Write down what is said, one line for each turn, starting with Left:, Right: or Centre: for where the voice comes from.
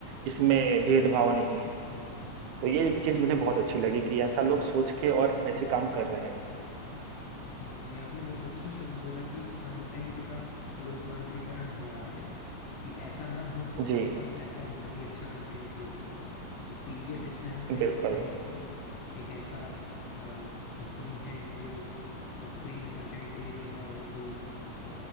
Right: इसमें भेदभाव नहीं है
Left: हम्म
Right: तो ये चीज मुझे बहुत अच्छी लगी कि ऐसा लोग सोच के और ऐसे
Left: हम्म
Right: काम कर रहे
Left: हम्म।
Right: हैं
Left: हम्म, ये आपने बहुत अच्छा शब्द बोला कि कंटेंट का लोकतांत्रिकरण हो रहा है कि ऐसा ना हो कि जिसके
Right: जी
Left: पास पैसा हो वही अच्छा कंटेंट देख सके तो टीवीएफ इसमें हम कह
Right: बिल्कुल
Left: सकते हैं कि एक ऐसा कंपनी है कि जो फ्री में कंटेंट दे रही है और कोई अ,